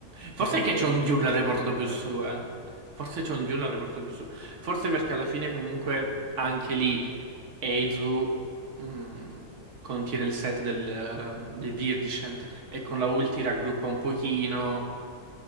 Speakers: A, on the right; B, on the right.
A: Cioè,
B: Forse
A: perché
B: anche Chongyun
A: Ace dovrebbe
B: l'avrei
A: essere
B: portato
A: superiore?
B: più su, eh. Forse Chongyun l'avrei portato più su. Forse perché alla fine comunque anche lì Eizu mh, contiene il set del, eh, del Virdiscent e con la ulti raggruppa un pochino,